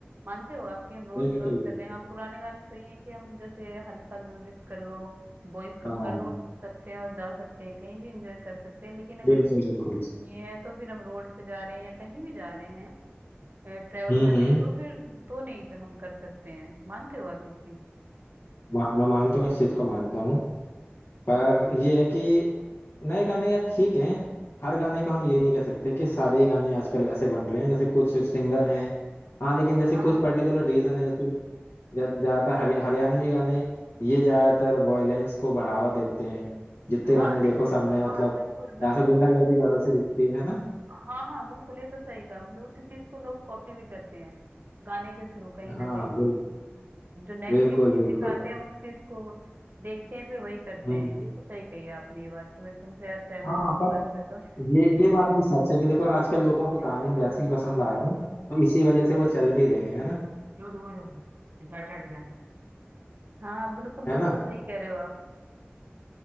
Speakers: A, on the right; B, on the left.
A: मानते हो आपकी हम रोड
B: बिल्कुल
A: क्रॉस
B: बिल्कुल
A: कर रहे हैं हम पुराने गाने तो ये है कि हम जैसे हल्का म्यूजिक कर लो वॉइस कम
B: हाँ
A: कर लो और सुन सकते हैं और जा सकते हैं कहीं भी एंजॉय कर सकते हैं लेकिन अगर
B: बिल्कुल बिल्कुल
A: ये है तो फिर हम रोड पे जा रहे हैं या कहीं भी जा रहे हैं ट्रेवल
B: हम्म
A: कर
B: हम्म
A: रहे हैं तो फिर तो नहीं हम कर सकते हैं मानते हो आप ये चीज
B: हाँ, मैं मानता हूँ इस चीज को मानता हूँ पर ये है कि नए गाने यार ठीक हैं हर गाने को हम ये नहीं कह सकते कि सारे ही गाने आजकल ऐसे बन रहे हैं जैसे कुछ सिंगर हैं हाँ लेकिन जैसे
A: हाँ
B: कुछ
A: हाँ
B: पर्टिकुलर रीजन है जैसे ज़्यादातर हरि, हरियाणवी गाने ये ज़्यादातर वॉयलेंस को बढ़ावा देते हैं जितने
A: हाँ
B: गाने देखो
A: देख
B: सब में मतलब
A: हाँ बिल्कुल बिल्कुल
B: ऐसा गुंडागर्दी ज़्यादा सी दिखती है ना
A: हाँ हाँ बिल्कुल ये तो सही कहा उस- उसी चीज को लोग कॉपी भी करते हैं गाने के थ्रू कहीं ना
B: हाँ
A: कहीं
B: बिल,
A: जो नेगेटिव
B: बिल्कुल
A: चीज
B: बिल्कुल
A: दिखाते हैं उस चीज को देखते हैं फिर वही करते
B: हम्म
A: हैं ये तो सही कही आपने ये बात तो मैं तुमसे यार सहमत
B: हाँ
A: हूँ इस
B: पर
A: बात से तो
B: ये ये बात भी सच है कि देखो आजकल लोगों को
A: क्या
B: गाने वैसे ही पसंद आ रहे हैं तो इसी वजह से वो चल भी रहे हैं है ना
A: तुम्हारे घर पे एग्जैक्टेड है हाँ बिल्कुल
B: है
A: बिल्कुल
B: ना
A: सही कह रहे हो आप